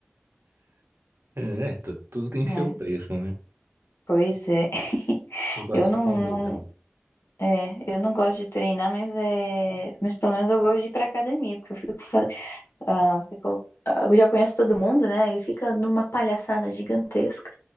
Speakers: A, on the right; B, on the left.
A: É, é, tu- tudo tem seu
B: É,
A: preço, né?
B: pois é. <laughs>
A: Você gosta
B: Eu não,
A: de comer,
B: não-
A: então.
B: é, eu não gosto de treinar, mas é, mas pelo menos eu gosto de ir pra academia, porque eu fico fazendo Ah, ficou- ah, eu já conheço todo mundo, né? E fica numa palhaçada gigantesca.